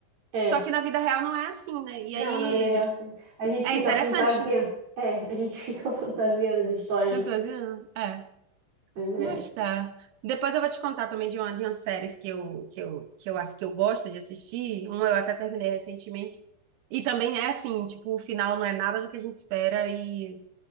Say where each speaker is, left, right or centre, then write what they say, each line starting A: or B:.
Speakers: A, on the right; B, on the right.
A: é.
B: Só que na vida real não é assim, né? E
A: Não,
B: aí
A: na vida real, assim. A gente
B: é
A: fica
B: interessante.
A: fantasia. É, a gente <laughs> fica fantasiando as histórias,
B: Eu
A: né?
B: tô dizendo, é,
A: Mas é.
B: mas tá. Depois eu vou te contar também de uma, de umas séries que eu, que eu, que eu acho que eu gosto de assistir. Uma eu até terminei recentemente. E também é assim, tipo, o final não é nada do que a gente espera e,